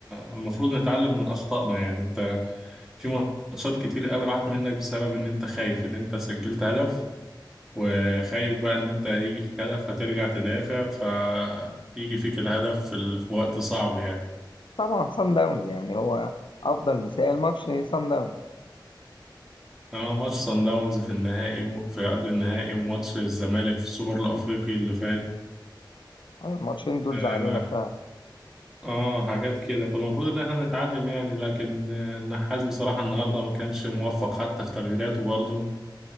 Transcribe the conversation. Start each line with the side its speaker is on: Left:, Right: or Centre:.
Centre: المفروض نتعلم من أخطائنا يعني أنت في ماتشات كتير قوي راحت منك بسبب ان انت خايف ان انت سجلت هدف وخايف بقى ان انت يجي فيك هدف فترجع تدافع فيجي فيك الهدف في, ال- في وقت صعب يعني
Left: طبعا سان داونز يعني هو افضل مثال ماتش سان داونز
Centre: اه ماتش صن داونز في النهائي و... في قبل النهائي وماتش الزمالك في السوبر الافريقي اللي فات
Left: أيوة، الماتشين دول
Centre: اه
Left: زعلونا فعلا
Centre: آه، حاجات كده فالمفروض ان احنا نتعلم يعني لكن آه، النحاس بصراحة النهاردة ما كانش موفق حتى في تغييراته برضه